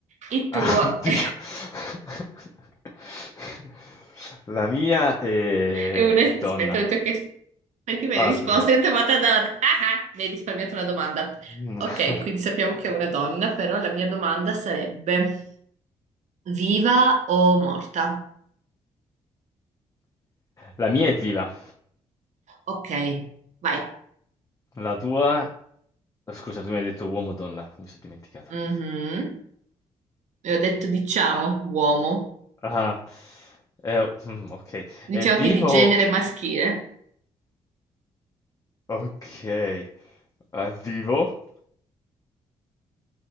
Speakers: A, on the right; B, on the left.
A: il tuo
B: Ah, oddio.
A: <laughs> è
B: <laughs> La mia è,
A: un...
B: è donna.
A: Aspetta, ho detto che... Perché mi
B: Ah,
A: hai risposto?
B: scusa.
A: Io ti ho fatto donna. Ah, ah, mi hai risparmiato una domanda.
B: Mm.
A: Ok,
B: <laughs>
A: quindi sappiamo che è una donna, però la mia domanda sarebbe viva o morta?
B: La mia è viva.
A: Ok, vai.
B: La tua... Scusa, tu mi hai detto uomo o donna? Mi sono dimenticato.
A: Mhm. E ho detto diciamo uomo.
B: Ah, eh, mm, ok.
A: Diciamo
B: È vivo?
A: che è di genere maschile.
B: Ok. È vivo?